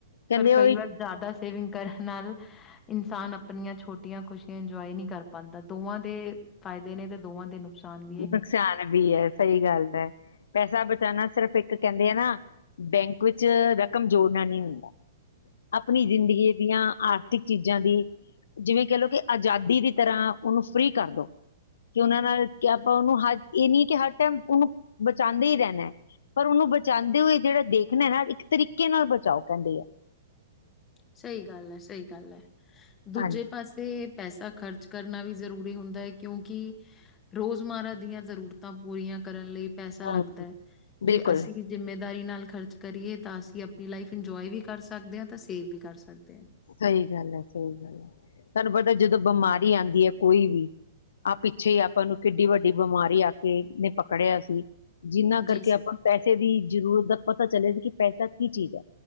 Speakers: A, on the left; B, on the left.
A: ਕਹਿੰਦੇ
B: ਪਰ
A: ਉਹੀ
B: ਕਈ ਵਾਰ ਜ਼ਿਆਦਾ ਸੇਵਿੰਗ ਕਰਨ ਨਾਲ ਇਨਸਾਨ ਆਪਣੀਆਂ ਛੋਟੀਆਂ ਖੁਸ਼ ਇੰਜੋਏ ਨਹੀਂ ਕਰ ਪਾਂਦਾ, ਦੋਵਾਂ ਦੇ ਫਾਇਦੇ ਨੇ ਤੇ ਦੋਵਾਂ ਦੇ ਨੁਕਸਾਨ ਵੀ ਹੈਗੇ
A: ਨੁਕਸਾਨ
B: ਨੇ।
A: ਵੀ ਹੈ, ਸਹੀ ਗੱਲ ਏ। ਪੈਸਾ ਬਚਾਉਣਾ ਸਿਰਫ ਇੱਕ ਕਹਿੰਦੇ ਆ ਨਾ, ਬੈਂਕ ਵਿੱਚ ਰੱਖ ਕਮਜੋਰਨਾ ਨਹੀਂ ਹੁੰਦਾ। ਆਪਣੀ ਜ਼ਿੰਦਗੀ ਦੀਆਂ ਆਰਥਿਕ ਚੀਜ਼ਾਂ ਦੀ ਜਿਵੇਂ ਕਹਿ ਲਓ ਕਿ ਆਜ਼ਾਦੀ ਦੀ ਤਰ੍ਹਾਂ ਉਹਨੂੰ ਫਰੀ ਕਰ ਦਉ, ਕਿ ਉਹਨਾਂ ਨਾਲ ਕਿ ਆਪਾਂ ਉਹਨੂੰ ਹਰ, ਇਹ ਨਹੀ ਕਿ ਹਰ ਟਾਈਮ ਉਹਨੂੰ ਬਚਾਉਂਦੇ ਹੀ ਰਹਿਣਾ ਹੈ, ਪਰ ਉਹਨੂੰ ਬਚਾਉਂਦੇ ਹੋਏ ਜਿਹੜਾ ਦੇਖਣਾ ਨਾ ਇੱਕ ਤਰੀਕੇ ਨਾਲ ਬਚਾਓ ਕਹਿੰਦੇ ਹੈ।
B: ਸਹੀ ਗੱਲ ਹੈ, ਸਹੀ ਗੱਲ ਹੈ। ਦੂਜੇ
A: ਹਾਂਜੀ
B: ਪਾਸੇ ਪੈਸਾ ਖ਼ਰਚ ਕਰਨਾ ਵੀ ਜ਼ਰੂਰੀ ਹੁੰਦਾ ਹੈ, ਕਿਉਂਕਿ ਰੋਜ਼ਮਰਾ ਦੀਆਂ ਜ਼ਰੂਰਤਾਂ ਪੂਰੀਆਂ ਕਰਨ ਲਈ ਪੈਸਾ ਲੱਗਦਾ
A: ਹਾਂਜੀ
B: ਹੈ
A: ਬਿਲਕੁਲ
B: ਜੇ ਅਸੀਂ ਜਿਮੇ ਜਿੰਮੇਦਾਰੀ ਨਾਲ ਖਰਚ ਕਰੀਏ ਤਾਂ ਅਸੀਂ ਆਪਣੀ ਲਾਈਫ ਇੰਜੋਏ ਵੀ ਕਰ ਸਕਦੇ ਹਾਂ, ਤਾਂ ਅਸੀਂ ਸੇਵ ਵੀ ਕਰ ਸਕਦੇ ਹਾਂ।
A: ਸਹੀ ਗੱਲ ਹੈ, ਸਹੀ ਗੱਲ ਹੈ। ਤੁਹਾਨੂੰ ਪਤਾ ਜਦੋਂ ਬਿਮਾਰੀ ਆਦੀ ਹੈ ਕੋਈ ਵੀ ਆਹ ਪਿੱਛੇ ਹੀ ਆਪਾਂ ਨੂੰ ਕਿੰਨੀ ਵੱਡੀ ਬਿਮਾਰੀ ਨੇ ਆ ਕੇ ਪਕੜਿਆ ਸੀ। ਜਿਨਾਂ ਕਰਕੇ
B: ਜੀ ਸਰ
A: ਆਪਾਂ ਨੂੰ ਪੈਸੇ ਦੀ ਜ਼ਰੂਰਤ ਦਾ ਪਤਾ ਚਲਿਆ। ਕਿ ਪੈਸਾ ਕੀ ਚੀਜ਼ ਹੈ।